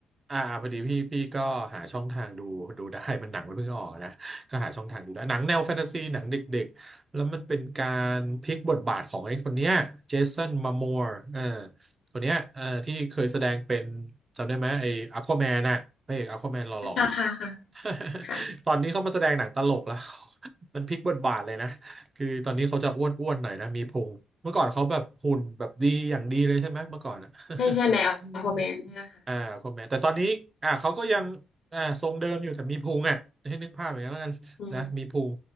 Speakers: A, on the right; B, on the left.
A: อ่าพอดีพี่พี่ก็หาช่องทางดูดูได้มันหนังมันเพิ่งออกนะก็หาช่องทางดูได้หนังแนวแฟนตาซีหนังเด็กๆแล้วมันเป็นการพลิกบทบาทของไอ้คนเนี้ยเจสันมามอร์เออคนเนี้ยเออที่เคยแสดงเป็นจำได้ไหมไอ้อควาแมนน่ะพระเอกอควาแมนหล่อ
B: ค่ะค่ะค่ะ
A: ๆ
B: ค่ะ
A: <laughs> ตอนนี้เขามาแสดงหนังตลกแล้ว มันพลิกบทบาทเลยนะคือตอนนี้เขาจะอ้วนอ้วนหน่อยนะมีพุงเมื่อก่อนเขาแบบหุ่นแบบดีอย่างดีเลยใช่ไหมเมื่อก่อนอะ <laughs>
B: ใช่ใช่ในอัลฟอร์แมนใช่ไหมคะ
A: อืมอ่าคนแม่แต่ตอนนี้อ่าเขาก็ยังอ่าทรงเดิมอยู่แต่มีพุงอ่ะให้นึกภาพอย่างนั้นแล้วกันนะมีพุง
B: อืม